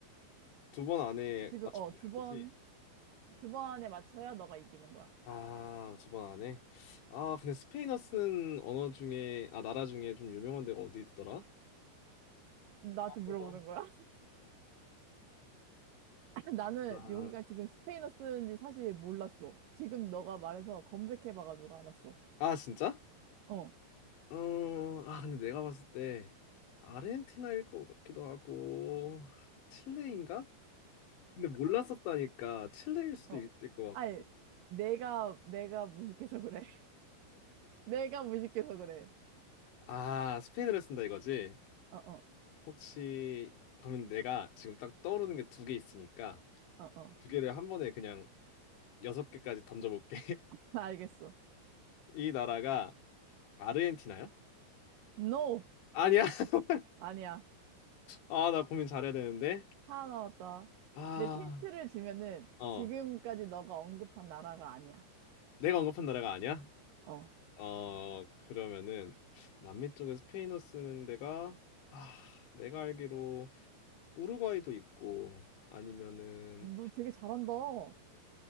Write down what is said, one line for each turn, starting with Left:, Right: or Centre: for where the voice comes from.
Left: 두 번 안에
Right: 지금,
Left: 맞추면
Right: 어, 두
Left: 되는
Right: 번,
Left: 거지?
Right: 두 번에 맞춰야 너가 이기는 거야.
Left: 아, 두 번 안 해? 아, 근데 스페인어 쓰는 언어 중에, 아, 나라 중에 좀 유명한 데가 어디 있더라?
Right: 나한테
Left: 어.
Right: 물어보는 거야? <laughs> 나는
Left: 아,
Right: 여기가 지금 스페인어 쓰는지 사실 몰랐어. 지금 너가 말해서 검색해봐가지고 알았어.
Left: 아, 진짜?
Right: 어,
Left: 음, 아, 근데 내가 봤을 때 아르헨티나일 것 같기도 하고, 칠레인가? 근데 몰랐었다니까, 칠레일 수도
Right: 어.
Left: 있을 것 같고.
Right: 아니, 내가, 내가 무식해서 그래. <laughs> 내가 무식해서 그래.
Left: 아, 스페인어를 쓴다 이거지?
Right: 어, 어,
Left: 혹시, 그러면 내가 지금 딱 떠오르는 게 두 개 있으니까,
Right: 어, 어.
Left: 두 개를 한 번에 그냥 여섯 개까지 던져볼게. <laughs>
Right: 나 알겠어.
Left: 이 나라가 아르헨티나요?
Right: No!
Left: 아니야. <laughs>
Right: 아니야.
Left: 아, 나 고민 잘해야 되는데.
Right: 하나 남았다.
Left: 아,
Right: 내 힌트를 주면은
Left: 어,
Right: 지금까지 너가 언급한 나라가 아니야.
Left: 내가 언급한 나라가 아니야?
Right: 어.
Left: 어, 그러면은 남미 쪽에 스페인어 쓰는 데가 아, 내가 알기로 우루과이도 있고 아니면은
Right: 너 되게 잘한다. 너